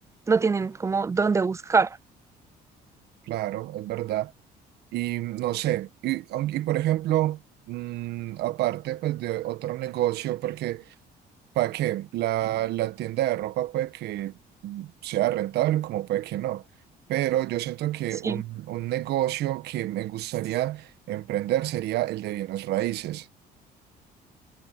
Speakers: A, on the right; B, on the right.
A: no tienen como dónde buscar.
B: Claro, es verdad. Y no sé, y, aun- y por ejemplo, mm, aparte pues de otro negocio, porque... ¿Para qué? La, la tienda de ropa puede que mm, sea rentable, como puede que no. Pero yo siento que
A: Sí.
B: un, un negocio que me gustaría emprender sería el de bienes raíces.